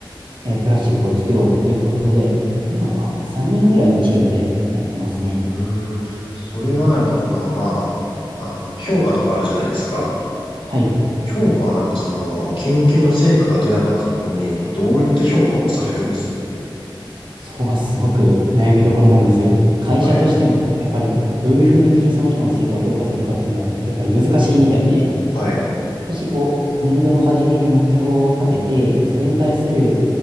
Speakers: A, on the right; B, on the left.
A: えープラスチックを作ろうっていうことで、今は3人ぐらいのチームでやってますね。
B: うーん、それはなんかその、
A: うん
B: まあ、あの、評価とかあるじゃないですか。
A: はい。
B: 評価はなんかその、研究の成果が出なかった時に、どういった評価をされるんです
A: そこがすごく悩みどころなんです。会社としても、
B: はい。
A: やっぱりどういうふうにその人の成果を評価するかっていうのが、やっぱり難しいみたいで、
B: はい。
A: 今年こう、年度の初めに目標を立てて、それに対する、